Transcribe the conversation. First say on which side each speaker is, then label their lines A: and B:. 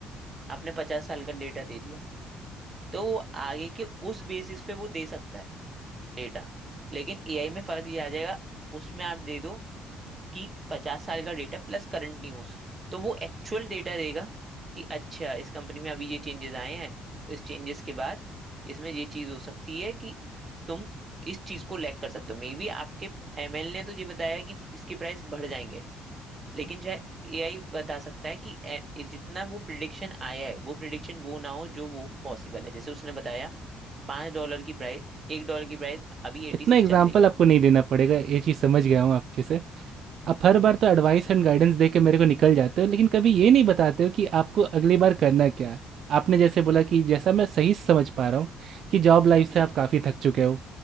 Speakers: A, on the right; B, on the right.
A: आपने पचास साल का डेटा दे दिया तो वो आगे के उस बेसिस पे वो दे सकता है डेटा लेकिन एआई में फर्क ये आ जाएगा उसमें आप दे दो कि पचास साल का डेटा प्लस करंट न्यूज तो वो एक्चुअल डेटा देगा कि अच्छा इस कंपनी में अभी ये चेंजेस आए हैं तो इस चेंजेस के बाद इसमें ये चीज हो सकती है कि तुम इस चीज को लैग कर सकते हो मे बी आपके एमएल ने तो ये बताया है कि इसके प्राइस बढ़ जाएंगे लेकिन चाहे एआई बता सकता है कि ए- जितना वो प्रिडिक्शन आया है वो प्रिडिक्शन वो ना हो जो वो पॉसिबल है जैसे उसने बताया पांच डॉलर की प्राइस एक डॉलर की प्राइस अभी एटी
B: इतना
A: सिक्स
B: एग्जाम्पल
A: चल रही है
B: आपको नहीं देना पड़ेगा ये चीज़ समझ गया हूँ आपके से आप हर बार तो एडवाइस एंड गाइडेंस दे के मेरे को निकल जाते हो लेकिन कभी ये नहीं बताते हो कि आपको अगली बार करना क्या है आपने जैसे बोला कि जैसा मैं सही समझ पा रहा हूँ कि जॉब लाइफ
A: हम्म
B: से आप काफ़ी थक चुके हो